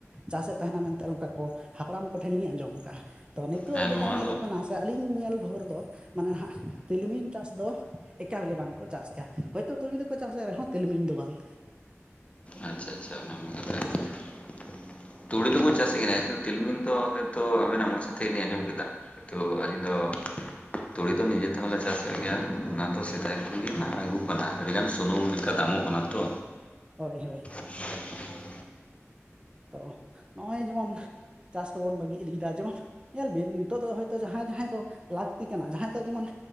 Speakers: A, on the right; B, on the left.
A: ᱪᱟᱥᱮᱫ ᱛᱟᱦᱮᱸᱱᱟ ᱢᱮᱱᱛᱮ ᱚᱱᱠᱟ ᱠᱚ ᱦᱟᱯᱲᱟᱢ ᱠᱚ ᱴᱷᱮᱱ ᱞᱤᱧ ᱟᱸᱡᱚᱢ ᱟᱠᱟᱜᱼᱟ᱾ ᱛᱚ ᱱᱤᱛᱚᱜ
B: ᱦᱮᱸ
A: ᱫᱚ
B: ᱱᱚᱣᱟ
A: ᱡᱟ ᱧᱮᱞᱚᱜ ᱠᱟᱱᱟ ᱥᱮ ᱟᱹᱞᱤᱧ ᱧᱮᱞ ᱵᱷᱩᱨ ᱫᱚ ᱢᱟᱱᱮ ᱦᱟᱸᱜ ᱛᱤᱞᱢᱤᱧ ᱪᱟᱥ ᱫᱚ ᱮᱠᱟᱞ ᱜᱮ ᱵᱟᱝᱠᱚ ᱪᱟᱥᱮᱫᱼᱟ ᱦᱚᱭᱛᱚ ᱛᱩᱲᱤ ᱫᱚᱠᱚ ᱪᱟᱥᱮᱫ ᱨᱮᱦᱚᱸ ᱛᱞᱤᱢᱤᱧ ᱫᱚ ᱵᱟᱝ᱾
B: ᱟᱪᱪᱷᱟ ᱟᱪᱪᱷᱟ, ᱚᱱᱟ ᱢᱟ ᱠᱟᱛᱷᱟ <unintelligible> ᱛᱩᱲᱤ ᱫᱚᱠᱚ ᱪᱟᱥᱮᱫ ᱜᱮᱱᱟ, ᱠᱤᱱᱛᱩ ᱛᱤᱞᱢᱤᱧ ᱫᱚ ᱦᱚᱭᱛᱚ ᱟᱵᱮᱱᱟᱜ ᱢᱚᱪᱟ ᱛᱮᱜᱮᱞᱤᱧ ᱟᱸᱡᱚᱢ ᱠᱮᱫᱟ᱾ ᱠᱤᱱᱛᱩ ᱟᱹᱞᱤᱧ ᱫᱚ ᱛᱩᱲᱤ ᱫᱚ ᱱᱤᱡᱮ ᱛᱮᱦᱚᱸᱞᱮ ᱪᱟᱥᱮᱫ ᱜᱮᱭᱟ, ᱚᱱᱟ ᱫᱚ ᱥᱮᱫᱟᱭ ᱠᱷᱚᱱ ᱜᱮ ᱦᱟᱸᱜ ᱟᱹᱜᱩᱜ ᱠᱟᱱᱟ ᱟᱹᱰᱤᱜᱟᱱ ᱥᱩᱱᱩᱢ ᱞᱮᱠᱟ ᱫᱟᱢᱚᱜ ᱠᱟᱱᱟ ᱛᱚ᱾
A: ᱦᱳᱭ ᱦᱳᱭ᱾
B: <inaudible>
A: ᱛᱚ ᱱᱚᱜᱼᱚᱭ ᱡᱮᱢᱚᱱ ᱪᱟᱥ ᱠᱚᱵᱚᱱ ᱵᱟᱹᱜᱤ ᱤᱫᱤᱭᱮᱫᱟ, ᱡᱮᱢᱚᱱ ᱧᱮᱞ ᱵᱤᱱ ᱱᱤᱛᱚᱜ ᱫᱚ ᱦᱳᱭᱛᱳ ᱡᱟᱦᱟᱸᱭ ᱡᱟᱦᱟᱸᱭ ᱫᱚ ᱞᱟᱹᱠᱛᱤ ᱠᱟᱱᱟ ᱡᱟᱦᱟᱸᱭ ᱫᱚ ᱡᱮᱢᱚᱱᱼᱼ